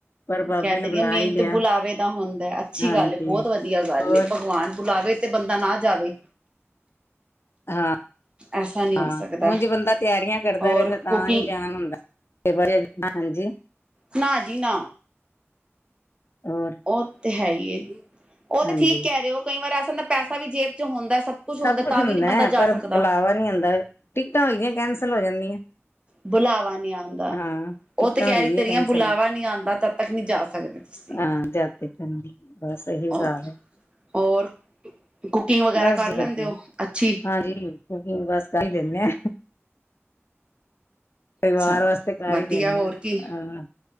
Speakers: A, on the left (about 60°); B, on the right (about 20°).
A: ਪਰ ਬਾਬੇ
B: ਕਹਿਤੇ
A: ਨੇ ਬੁਲਾ
B: ਰਹੀ ਹਾ ਕੇ ਮੇਨ
A: ਹੀ ਲਿਆ
B: ਤੇ ਬੁਲਾਵੇ। ਕਮ ਹੁੰਦਾ ਅੱਛੀ
A: ਹਾਂਜੀ।
B: ਗੱਲ ਬਹੁਤ ਵਧੀਆ ਗੱਲ
A: ਹੋਰ
B: ਏ ਭਗਵਾਨ ਬੁਲਾਵੇ ਤੇ ਬੰਦਾ ਨਾ ਜਾਵੇ।
A: ਹਾਂ
B: ਐਸਾ ਨਹੀਂ
A: ਹਾਂ
B: ਹੋ ਸਕਦਾ
A: ਉਜ ਬੰਦਾ ਤਿਆਰੀਆਂ ਕਰਦਾ
B: ਹੋਰ
A: ਰਹਿੰਦਾ ਤਾਂ
B: ਕੁਕਿੰਗ
A: ਨੀ ਜਾਨ ਹੁੰਦਾ। ਤੇ ਵਰੇ ਨ ਹਾਂਜੀ
B: ਨਾ ਜੀ ਨਾ।
A: ਹੋਰ।
B: ਉਹ ਤੇ ਹੈ, ਹੀ ਏ ਉਹ ਤੇ
A: ਹਾਂਜੀ।
B: ਠੀਕ ਕਹਿ ਰਹੇ ਹੋ, ਕਈ ਵਾਰ ਐਸਾ ਹੁੰਦਾ ਪੈਸਾ ਵੀ ਜੇਬ ਚ ਹੁੰਦਾ ਸਭ। ਕੁਛ
A: ਸਭ ਕੁੱਛ
B: ਤਾਂ
A: ਹੁੰਦਾ
B: ਵੀ ਨੀ ਬੰਦਾ
A: ਹੈ,
B: ਜਾ
A: ਪਰ
B: ਸਕਦਾ।
A: ਬੁਲਾਵਾ ਨਹੀਂ ਆਉਦਾ ਟਿਕਟਾਂ ਹੋ ਜਾਂਦੀਆਂ ਕੈਂਸਲ ਹੋ ਜਾਂਦੀਆਂ।
B: ਬੁਲਾਵਾ ਨਹੀਂ ਆਉਂਦਾ
A: ਹਾਂ
B: ਉਹ
A: ਟਿਕਟਾਂ
B: ਤੇ ਕਹਿ‌
A: ਹੋਈ
B: ਰਹੀ
A: ਦੀਆਂ
B: ਤੇਰੀਆਂ
A: ਕੈਂਸਲ
B: ਬੁਲਾਵਾ ਨਹੀਂ ਆਉਂਦਾ ਤਦ ਤੱਕ ਨਹੀਂ‌ ਜਾ ਸਕਦੇ। ਤੁਸੀਂ।
A: ਹਾਂ ਜਾਤੀ ਚ ਬਸ ਇਹੀ ਹਿਸਾਬ
B: ਔਰ
A: ਹੈ।
B: ਹੋਰ ਕੁਕਿੰਗ ਵਗੈਰਾ
A: ਬਸ
B: ਕਰ
A: ਜੀ
B: ਲੈਂਦੇ
A: ਵਧੀਆ
B: ਹੋ ਅੱਛੀ।
A: ਹਾਂਜੀ। ਕੁਕਿੰਗ ਬਸ ਕਰ ਹੀ ਲੈਂਨੇ ਆ। ਪਰਿਵਾਰ
B: ਚਲੋ
A: ਵਾਸਤੇ ਕਰ
B: ਵਧੀਆ
A: ਹੀ ਲੈਂਦੇ
B: ਹੋਰ
A: ਹਾਂ।
B: ਕੀ